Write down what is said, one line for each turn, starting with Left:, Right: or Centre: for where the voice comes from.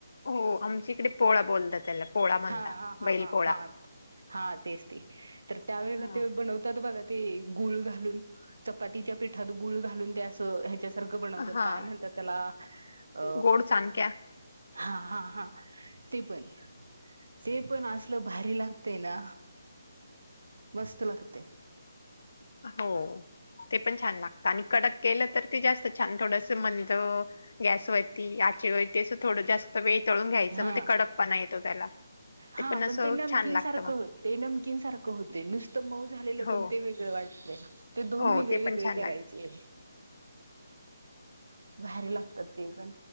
Left: हो आमच्या इकडे पोळा बोलतात त्याला पोळा म्हणता.
Right: हा हा हा
Left: बैल
Right: हा
Left: पोळा.
Right: हा हा तेच ते तर त्यावेळेला
Left: हां,
Right: ते बनवतात बघा ते गुळ घालून चपातीच्या पिठात गुळ घालून त्या असं ह्याच्या सर्ग बनवतात
Left: हां.
Right: काय म्हणतात त्याला अ
Left: गोड चांदक्या.
Right: हा हा हा ते पण ते पण असलं भारी लागतेय ना बसतलाते
Left: हो ते पण छान लागत आणि कडक केलं तर ते जास्त छान थोडस मंद गॅस वती थोडं जास्त वेळ तळून घ्यायचं
Right: हा
Left: मग ते कडपणा येतो त्याला
Right: हा
Left: असं
Right: पण ते नमकीन
Left: छान लागतं
Right: सारखं
Left: मग.
Right: होते ते नमकीन सारखं होते नुसतं मऊ झालेलं
Left: हो,
Right: पण ते वेगळं वाटत ते दोन
Left: हो.
Right: वेगळे
Left: ते
Right: वेगळे
Left: पण छान
Right: करायचे
Left: लागतं.
Right: भारी लागतात ते पण